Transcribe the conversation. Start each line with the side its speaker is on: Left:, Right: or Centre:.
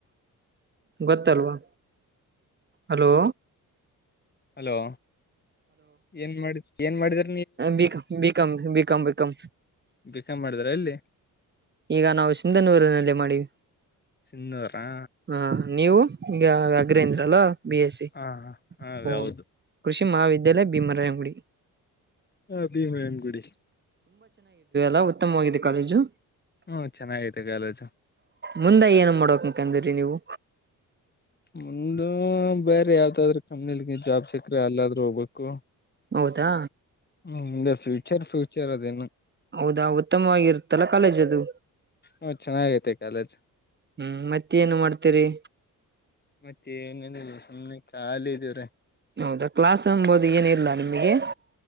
Right: ಗೊತ್ತಲ್ವಾ ಹಲೋ
Left: ಹಲೋ ಏನ್ ಮಾಡದ್ರೀ ಏನ್ ಮಾಡಿದ್ರ್
Right: ಬಿಕಮ ಬಿಕಾಮ ಬಿಕಮ
Left: ಬಿಕಾಂ ಮಾಡಿದ್ರ ಎಲ್ಲಿ
Right: ಈಗ ನಾವು ಸಿಂಧನೂರಿನಲ್ಲಿ ಮಾಡಿವಿ.
Left: ಸಿನ್ನೂರಾ
Right: ಹ ನೀವು ಈಗ ಅಗ್ರಂದ್ರಲ್ಲ ಬಿ ಎಸ್ ಸಿ
Left: ಹಾ ಹಾ
Right: ಹ
Left: ಹೌದು
Right: ಕೃಷಿ ಮಹಾಾವಿದ್ಯಾಲಯ ಭೀಮರಂಗುಡಿ
Left: ಹ ಭೀಮಯಾನ್ಗುಡಿ
Right: ಲ್ಲ ಉತ್ತಮವಾಗಿದೆ ಕಾಲೇಜು
Left: ಹ್ಮ್ ಚೆನ್ನಾಗಿತ ಗಲಜು.
Right: ಮುಂದ ಏನು ಮಾಡಕ್ ಮಂದಿರಿ ನೀವು
Left: ಮು್ದ ಬೇರೆ ಯಾವ್ದಾದ್ರ ಕಂಪ್ನಿಲಿ ಜಾಬ್ ಸಿಕ್ರ ಅಲ್ಲಾದ್ರೂ ಹೋಗ್ಬೇಕು
Right: ಹೌದಾ
Left: ಹ್ಮ ಫ್ಯೂಚರ್ ಫ್ಯೂಚರ್ ಅದೇನು
Right: ಹೌದಾ ಉತ್ತಮವಾಗಿರುತ್ತಲ್ಲ ಕಾಲೇಜ್ ಅದು
Left: ಹ ಚೆನ್ನಾಗೈತೆ ಕಾಲೇಜ್
Right: ಹ್ಮ್ ಮತ್ತೇನು ಮಾಡ್ತೀರಿ
Left: ಮತ್ತೆ ಸಮ್ಮಿ ಖಾಲಿ ಇದೀವ್ರೀ
Right: ಹೌದಾ ಕ್ಲಾಸ್ ಅಂಬೋದು ಏನ ಇರ್ಲ್ಲ ನಿಮಗೆ